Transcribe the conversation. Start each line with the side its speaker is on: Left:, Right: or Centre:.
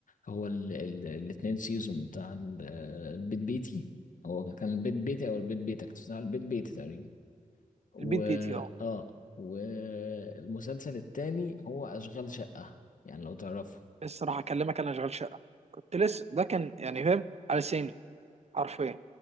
Left: هو ال ال الاتنين سيزون بتاع ال- آه، البيت بيتي هو كان البيت بيتي او البيت بيتك بتاع البيت بيتي تقريبا و
Right: البيت بيتي اه
Left: اه والمسلسل التاني هو أشغال شقة يعني لو تعرفه
Right: الصراحه اكلمك انا شغال شقه كنت لسه ده كان يعني فاهم على سامي حرفيا